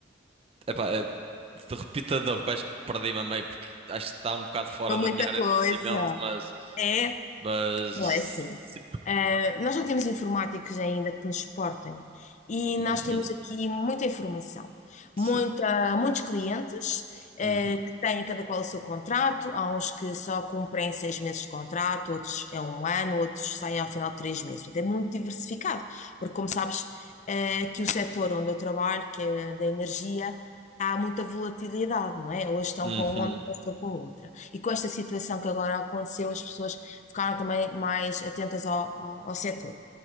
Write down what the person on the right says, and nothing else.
Epá, é, de- repita de novo, que eu acho que perdi-me a meia, porque acho que está um bocado fora
da
minha área
de conhecimento, mas.
Mas.
Sim.
porque-
Uhum,
sim.
Uhum,
uhum,